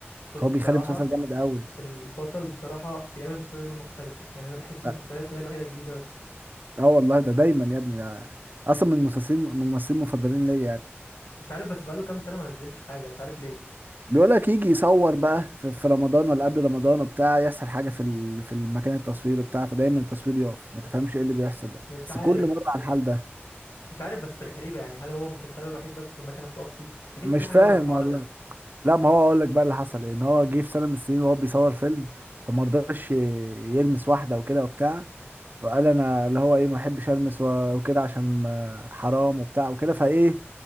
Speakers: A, on the left; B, on the right.
A: بص
B: فهو
A: بصراحة
B: بيخلي المسلسل جامد قوي
A: البطل بصراحة بيعمل مسلسلات دايما مختلفة يعني انا بحس
B: لا،
A: مسلسلاته هي الوحيدة الجديدة بس
B: اه والله ده دايما يا ابني ده اصلا من المسلسلين من الممثلين المفضلين ليا يعني
A: مش عارف بس بقاله كام سنة ما نزلش حاجة مش عارف ليه
B: بيقولك يجي يصور بقى في, في رمضان ولا قبل رمضان وبتاع يحصل حاجة في ال... في المكان التصوير وبتاع فدايما التصوير يقف ما تفهمش ايه اللي بيحصل يعني
A: مش
B: بس
A: عارف
B: كل مرة على الحال ده
A: مش عارف بس غريبة يعني هل هو مسلسله الوحيد بس اللي المكنة بتقف فيه اكيد
B: مش
A: في حاجة
B: فاهم
A: ورا الحوار
B: والله
A: ده
B: لا ما هو اقول لك بقى اللي حصل ايه ان هو جه في سنة من السنين وهو بيصور فيلم فما رضاش ي- يلمس واحدة وكده وبتاع فقال انا اللي هو ايه ما احبش المس و- وكده عشان ما- حرام وبتاع وكده فايه